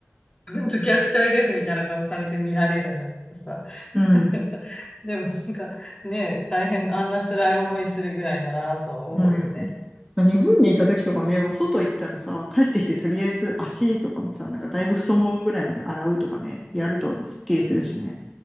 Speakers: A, on the left (about 20°); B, in the centre.
A: 本んと虐待ですみたいな顔されて見られるんだけどさ。
B: うん。
A: <laughs> でもなんかね、大変、あんな辛い思いするぐらいならと思うよね。
B: うん。まあ日本にいた時とかね、もう外行ったらさ、帰ってきてとりあえず足とかもさ、なんかだいぶ太ももぐらいまで洗うとかね、やるとスッキリするしね。